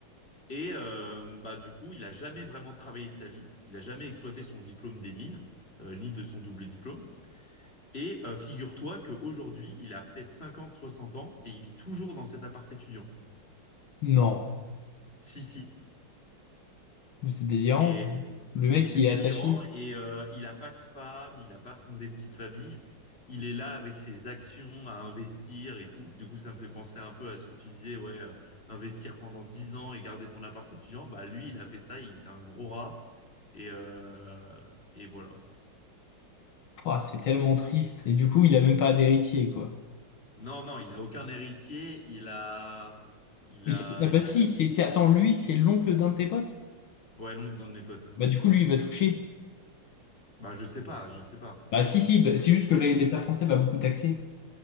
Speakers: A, on the left (about 25°); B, on the left (about 70°).
A: Et euh, bah, du coup, il a jamais vraiment travaillé de sa vie. Il a jamais exploité son diplôme des mines, euh, ni de son double diplôme. Et euh, figure-toi qu'aujourd'hui, il a peut-être 50, 60 ans et il vit toujours dans cet appart étudiant.
B: Non,
A: Si, si.
B: Mais c'est délirant.
A: Et,
B: Le mec,
A: et c'est
B: il
A: délirant.
B: est attaché.
A: Et euh, il n'a pas de femme, il n'a pas fondé de vie de famille. Il est là avec ses actions à investir et tout. Du coup, ça me fait penser un peu à ce que tu disais, ouais, euh, investir pendant 10 ans et garder ton appart étudiant. Bah, lui, il a fait ça, il, c'est un gros rat. Et, euh, et voilà.
B: Ouah, c'est tellement triste. Et du coup, il a même pas d'héritier, quoi.
A: Non, non, il a aucun héritier. Il a. Il
B: Mais
A: a.
B: c'est- ah bah
A: Il
B: si,
A: a.
B: c'est, c'est- attends, lui, c'est l'oncle d'un de tes potes?
A: Ouais, l'oncle d'un de mes potes. ouais.
B: Bah du coup, lui, il va toucher.
A: Bah, je sais pas, je sais pas.
B: Bah si, si, bah, c'est juste que l'État
A: Mm.
B: français va beaucoup taxer.